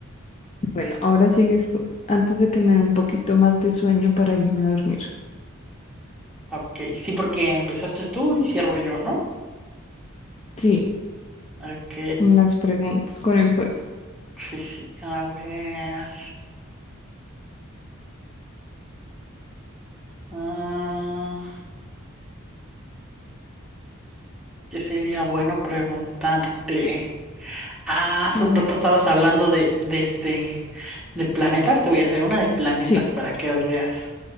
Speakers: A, on the left; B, in the centre.
A: Bueno, ahora sigues tú, antes de que me dé un poquito más de sueño para irme a dormir.
B: Ok, sí, porque empezaste tú y cierro yo, ¿no?
A: Sí,
B: Ok,
A: con las preguntas, con el juego.
B: sí, sí, a ver. ah, ¿qué sería bueno preguntarte? Ah, hace
A: A
B: un
A: ver,
B: rato estabas hablando de, de este, de planetas. Te voy a hacer una de planetas
A: sí,
B: para que veas.